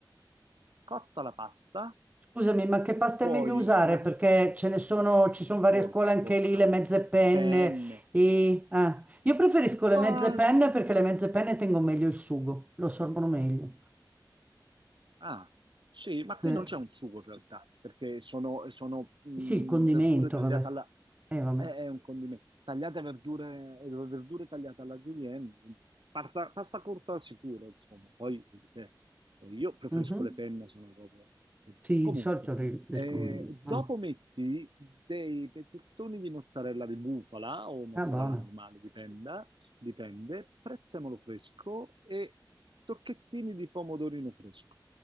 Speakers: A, on the right (about 85°); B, on the right (about 20°).
A: cotta la pasta,
B: Scusami, ma che pasta
A: poi
B: è meglio usare?
A: ma-
B: Perché ce ne sono, ci sono varie
A: porta,
B: scuole anche
A: porta,
B: lì, le mezze penne.
A: penne,
B: E, ah. Io preferisco le
A: ma-
B: mezze penne perché le mezze penne tengono meglio il sugo, lo assorbono meglio.
A: Ah, sì, ma qui
B: Eh,
A: non c'è un sugo in realtà, perché sono, sono, mh,
B: sì, il condimento,
A: verdure tagliate
B: vabbè.
A: alla...
B: Eh, vabbè.
A: È, è un condimento. Tagliate verdure, verdure tagliate alla julienne, quindi parta- pasta corta sicuro, insomma. Poi, vedi te, eh, io preferisco
B: Mhm.
A: le penne, sono proprio... eh,
B: Sì,
A: Comunque,
B: di solito ri- riescono
A: eh,
B: meglio.
A: dopo
B: Ah,
A: metti dei pezzettoni di mozzarella di bufala o mozzarella
B: ah, buona,
A: normale, dipenda, dipende, prezzemolo fresco e tocchettini di pomodorino fresco.